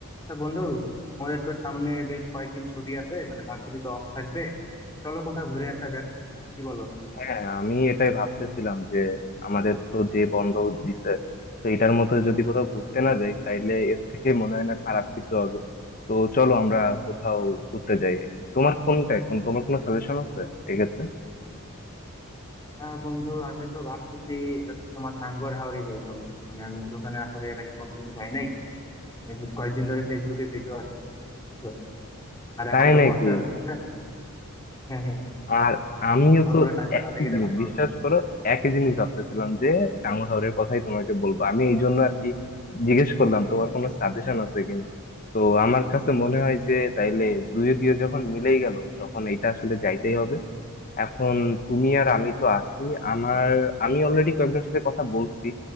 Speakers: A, on the left; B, on the left.
A: তা বন্ধু আমাদের তো সামনে বেশ কয়েকদিন ছুটি আছে মানে ভার্সিটি তো অফ থাকবে চলো কোথাও ঘুরে আসা যাক কি বলো
B: হ্যাঁ আমি এটাই ভাবতেছিলাম যে আমাদের তো যে বন্ধ দিছে তো এটার মধ্যে যদি কোথাও ঘুরতে না যাই তাইলে এর থেকে মনে হয় না খারাপ কিছু হবে তো চলো আমরা কোথাও ঘুরতে যাই তোমার কোনটা এখন তোমার কোনো সাজেশন আছে এক্ষেত্রে
A: আহ বন্ধু আমি তো ভাবতেছি হচ্ছে তোমার টাঙ্গুয়ার হাওরে যাই চলো মানে আমি তো ওখানে আসলে এর আগে কোনোদিনই যাই নাই মানে বেশ কয়েকদিন ধরে ফেসবুকে ভিডিও আসতেছে বুঝছো? আর
B: তাই
A: এখন তো
B: নাকি
A: বর্ষার সিজন হ্যাঁ হ্যাঁ
B: আর আমিও
A: আমার
B: তো
A: মনে হয় টাঙ্গুয়ার
B: একই
A: হাওরে গেলে
B: জিনিস
A: ভালো
B: বিশ্বাস
A: হবে
B: করো একই জিনিস ভাবতেছিলাম যে টাঙ্গুয়ারের কথাই তোমাকে বলবো আমি এই জন্য আর কি জিজ্ঞেস করলাম তোমার কোনো সাজেশন আছে কিনা তো আমার কাছে মনে হয় যে তাইলে দুয়ে দিয়ে যখন মিলেই গেল তখন এটা আসলে যাইতেই হবে এখন তুমি আর আমি তো আছি আমার আমি অলরেডি কয়েকজনের সাথে কথা বলছি